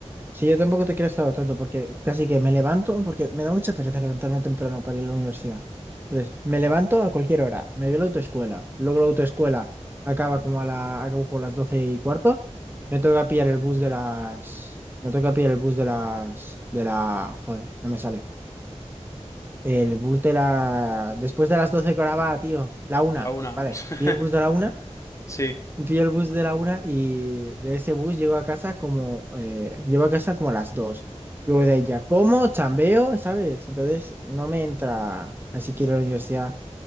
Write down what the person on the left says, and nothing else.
La una.
<laughs>
Sí.